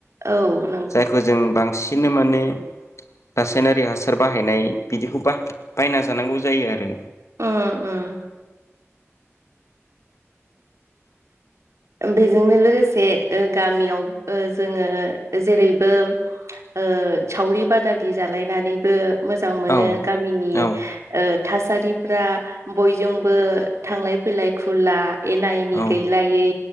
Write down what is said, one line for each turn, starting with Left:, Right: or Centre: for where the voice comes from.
Right: औ नों
Left: जायखौ जों बांसिन बिनो माने गास सायनारि हासार बाहायनाय बिदिखौ बा बायना जानांगौ जायो आरो।
Right: उम उम बेजोंनो लोगोसे ओ गामियाव ओ जोङो जेरैबो ओ सावरि बादालि जालायनानैबो मोजां मोनो
Left: औ
Right: गामिनि
Left: औ
Right: ओ थासारिफ्रा बयजोंबो थांलाय फैलाय खुला एना एनि
Left: औ
Right: गैलायै